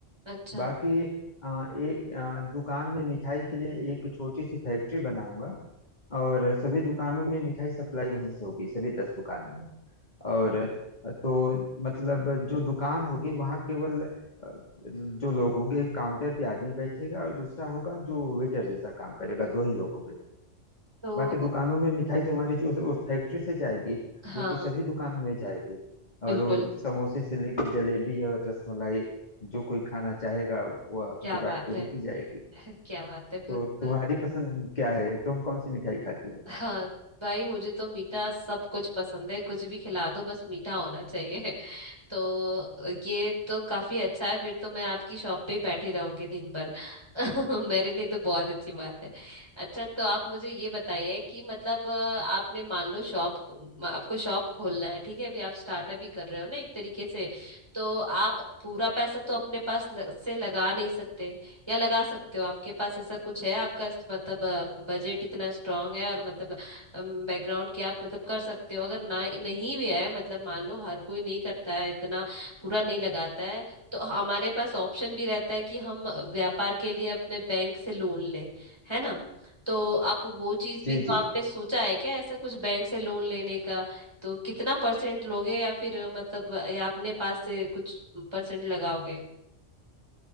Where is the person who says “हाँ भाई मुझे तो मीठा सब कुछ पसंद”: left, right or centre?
Right